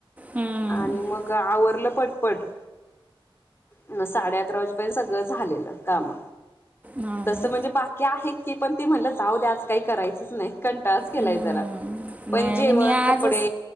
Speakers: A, on the right; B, on the left.
A: हम्म,
B: आणि मग आवरलं पटपट. मग साडे अकरा वाजेपर्यंत सगळं झालेलं काम,
A: हां
B: तसं म्हणजे बाकी आहेत. की पण ती म्हणलं जाऊ दे, आज काही करायचंच नाही कंटाळच केलाय
A: हम्म.
B: जरा. पण
A: नाही
B: जेवण
A: आणि मी आजच
B: कपडे